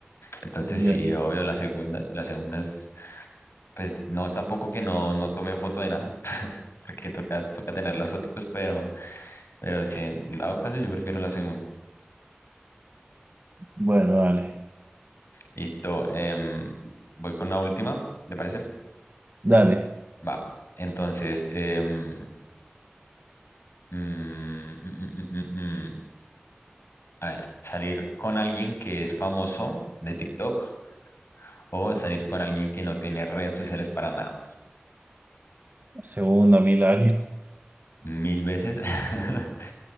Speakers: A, on the left; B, on the right.
A: Entonces,
B: ya,
A: sí,
B: ya.
A: obvio, la segunda, la segunda es, pues, no, tampoco que no, no tome foto de nada, <laughs> porque toca, toca tener las foticos, pero, pero sí, en dado caso, yo prefiero la segunda.
B: Bueno, dale.
A: Listo, em, voy con la última, ¿te parece?
B: Dale.
A: Va. Entonces, em, mm, mm, mm, mm, mm, mm. A ver, salir con alguien que es famoso de TikTok o salir con alguien que no tiene redes sociales para nada.
B: Segundo mil años.
A: Mil veces. <laughs>